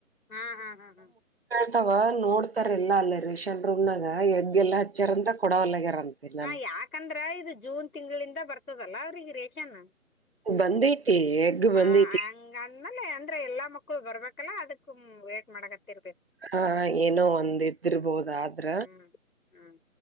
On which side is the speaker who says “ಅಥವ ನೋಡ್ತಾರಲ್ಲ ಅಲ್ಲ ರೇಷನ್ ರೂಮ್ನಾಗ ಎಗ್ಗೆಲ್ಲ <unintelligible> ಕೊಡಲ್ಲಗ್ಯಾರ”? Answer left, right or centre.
Right